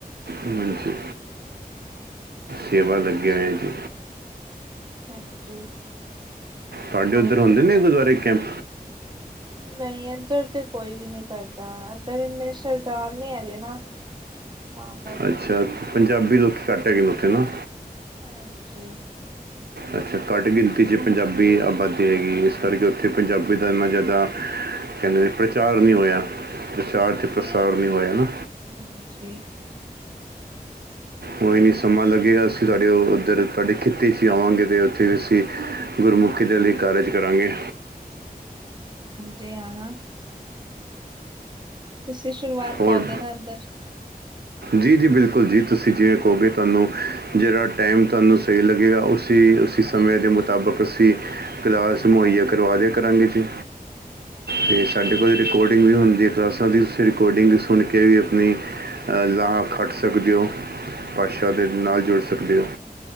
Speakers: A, on the right (about 85°); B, on the right (about 30°).
A: ਹਾਂਜੀ।
B: ਹੈ
A: ਸੇਵਾ
B: ਤੇ ਬੜੇ
A: ਲੱਗੇ
B: ਅਛੀਆਂ
A: ਹੋਏ ਹਾਂ ਜੀ
B: ਹਾਂਜੀ।
A: ਤੁਹਾਡੇ
B: ਬਹੁਤ
A: ਉੱਧਰ ਹੁੰਦੇ
B: ਵਧੀਆ
A: ਨੇ ਗੁਰਦੁਆਰੇ
B: ਤੇ।
A: ਕੈਂਪ
B: ਨਹੀਂ ਇਧਰ ਤੇ ਕੋਈ ਵੀ ਨ ਨਹੀਂ ਕਰਦਾ ਇੱਧਰ ਇੰਨੇ ਸਰਦਾਰ ਨੀ ਹੈਗੇ ਨਾ। ਤਾਂ ਕਰਕੇ,
A: ਅੱਛਾ। ਪੰਜਾਬੀ ਲੋਕ ਘੱਟ ਹੈਗੇ ਨੇ ਉੱਥੇ ਨਾ
B: ਹਾਂਜੀ।
A: ਅੱਛਾ ਘੱਟ ਗਿਣਤੀ ਚ ਪੰਜਾਬੀ ਆਬਾਦੀ ਹੈਗੀ ਇਸ ਕਰਕੇੇ ਅਤੇ ਪੰਜਾਬੀ ਦਾ ਇੰਨਾ ਜ਼ਿਆਦਾ ਕਹਿੰਦੇ ਨੇ ਪ੍ਰਚਾਰ ਨਹੀਂ ਹੋਇਆ। ਪ੍ਰਚਾਰ
B: ਹਾਂਜੀ
A: ਚ ਪ੍ਰਸਾਰ
B: ਅ
A: ਨਹੀਂ ਹੋਇਆ ਨਾ
B: ਹਾਂਜੀ।
A: ਉਹ ਨੀ ਸਮਾਂ ਲੱਗੇਗਾ ਅਸੀਂ ਤੁਹਾਡੇ ਉੱਧਰ ਤੁਹਾਡੇ ਖਿੱਤੇ ਚ ਆਵਾਂਗੇ ਤੇ ਉੱਥੇ ਵੀ ਅਸੀਂ ਗੁਰਮੁਖੀ ਕਿਤੇ ਲਈ ਕਾਰਜ
B: ਹਾਂਜੀ।
A: ਕਰਾਂਗੇ।
B: ਜੀ ਆ ਨਾ। <unintelligible> ਤੇ ਸ਼ੁਰੂਆਤ
A: ਔਰ
B: ਕਰਦੇ ਨਾ ਇੱਧਰ
A: ਜੀ ਜੀ ਬਿਲਕੁਲ ਜੀ ਤੁਸੀਂ ਜਿਵੇਂ ਕਹੋਗੇ ਤੁਹਾਨੂੰ ਜਿਹੜਾ ਟਾਈਮ ਤੁਹਾਨੂੰ ਸਹੀ ਲੱਗੇਗਾ ਅਂ ਉਸ ਸਮੇਂ ਦੇ ਮੁਤਾਬਕ ਅਸੀਂ ਕਲਾਸ ਮੁਹੱਈਆ
B: ਹਾਂਜੀ।
A: ਕਰਵਾ ਦਿਆ ਕਰਾਂਗੇ ਜੀ।
B: ਹਾਂਜੀ
A: ਤੇ
B: ਹਾਂਜੀ।
A: ਸਾਡੇ ਕੋਲ ਰਿਕੋਡਿੰਗ ਵੀ ਹੁੰਦੀ। ਦੇਵਤਾ ਸਾ ਦੀ ਸਿਰ। ਕੋਡਿੰਗ ਸੁਣ ਕੇ ਵੀ ਆਪਣੀ ਅਹ ਲਾਹਾ
B: ਅੱਛਾ
A: ਖੱਟ ਸਕਦੇ ਹੋ ਭਾਸ਼ਾ ਦੇ
B: ਅੱਛਾ
A: ਨਾਲ
B: ਅੱਛਾ।
A: ਜੁੜ ਸਕਦੇ ਹੋ।